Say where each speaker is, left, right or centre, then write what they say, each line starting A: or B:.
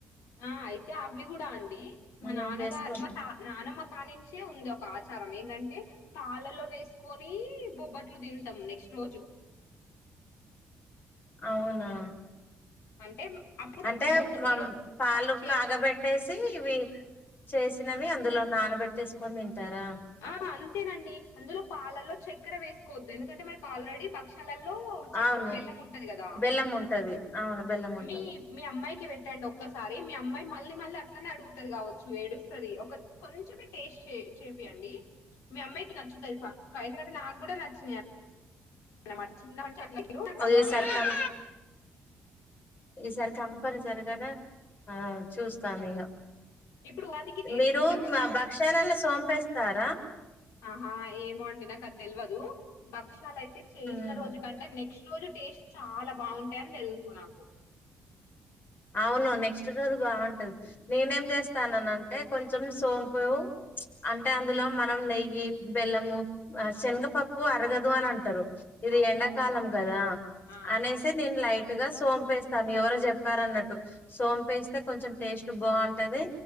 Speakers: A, on the left (about 85°); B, on the left (about 45°).
A: ఆ అయితే అవి గూడా అండి
B: నేను
A: మా నాన్నగారు
B: చేసుకుంటాను
A: మా తా నానమ్మ కానించే ఉంది ఒక ఆచ ఏందంటే పాలలో వేసుకొని బొబ్బట్లు తింటాం నె స్టోజు
B: అవునా
A: అంటే అప్పుడు
B: అంటే
A: ముందు
B: మ
A: ఈరో
B: పాలు
A: చే
B: కాగబెట్టేసి ఇవి చేసినవి అందులో నానబెట్టేసుకొని తింటారా
A: ఆ అంతేనండి అందులో పాలల్లో చక్కెర వేసుకోవద్దు ఎందుకంటే మనకు ఆల్రెడీ పక్షి గలల్లో చెక్క
B: అవును
A: బెల్లం ఉంటది కదా
B: బెల్లం ఉంటది అవును బెల్లం ఉంటది
A: మీ మీ అమ్మాయికి పెట్టండి ఒక్కసారి మీ అమ్మాయి మళ్ళీ మళ్ళీ అట్లనే అడుగుతుంది కావచ్చు ఏడుస్తది ఒక కొంచమ టేస్ట్ చే అండి మీ అమ్మాయికి నచ్చుతాయి పక్క ఎందుకంటే నాకు కూడా నచ్చినయి అనమాట చిన్న మంచి అట్లారు నాకు
B: ఓ
A: అలవాటు
B: ఈసారి
A: అయిపోయింది
B: కం ఈసారి కంపని సరిగా ఆ చూస్తాను ఇక
A: ఇప్పుడు ఉగాదికి చేసుకుంటారు
B: మీరు
A: కదా
B: మా భక్షాలలో చొంపేస్తారా
A: ఆహా ఏమో అండి నాకు అది తెలియదు భక్షాల అయితే చేసిన
B: హ్మ్
A: రోజు కంటే నెక్స్ట్ రోజు టేస్ట్ చాలా బాగుంటాయిని తెలుసు నాకు
B: అవును నెక్స్ట్ రోజు బాగుంటది నేనేం చేస్తానాన అంటే కొంచెం సోమ్ పో అ అంటే అందులో మనం నెయ్యి బెల్లము ఆ శనగపప్పు అరగదు అని అంటారు ఇది
A: అవునవును
B: ఎండాకాలం కదా
A: ఆ
B: అనేసి నేను లైట్ గా సోంపేస్తాను ఎవరో చెప్ తారన్నట్టు సోంపేస్తే కొంచెం టేస్ట్ బాగుంట ది